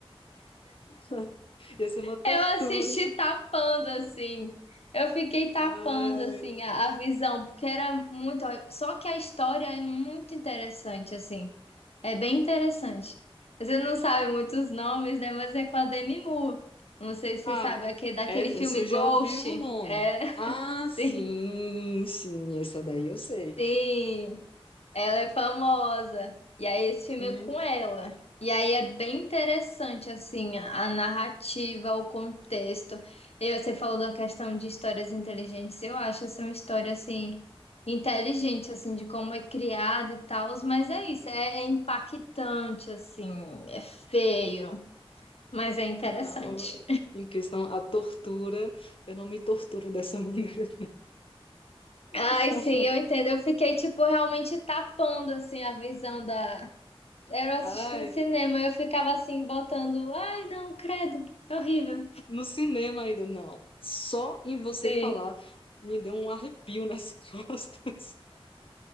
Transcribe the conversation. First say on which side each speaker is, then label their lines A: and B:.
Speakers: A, on the left; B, on the left.
A: <laughs> Ia ser uma tortura.
B: Eu assisti tapando assim. Eu fiquei tapando
A: Ai.
B: assim a, a visão, porque era muito. Só que a história é muito interessante assim. É bem interessante. Você não sabe muitos nomes, né? Mas é com a Demi Moore. Não sei se você
A: Ah,
B: sabe, aquele, daquele
A: é-
B: filme
A: essa eu já
B: Ghost.
A: ouvi o nome.
B: É, <laughs>
A: Ah,
B: sim,
A: sim, sim, essa daí eu sei.
B: sim. Ela é famosa. E aí esse
A: Sim,
B: filme é com ela. E aí é bem interessante, assim, a a narrativa, o contexto. E você falou da questão de histórias inteligentes. Eu acho essa uma história, assim, inteligente, assim, de como é criada e tal. Mas é isso, é, é impactante, assim, é feio, mas é interessante.
A: não, em questão à tortura, eu não me torturo dessa maneira. <laughs>
B: Ai, sim, eu entendo. Eu fiquei, tipo, realmente tapando, assim, a visão da Era eu assistindo
A: Ai,
B: no cinema, eu ficava assim, botando, ai, não, credo, é horrível.
A: no cinema ainda não. Só em você
B: Sim.
A: falar me deu um arrepio nas <laughs> costas.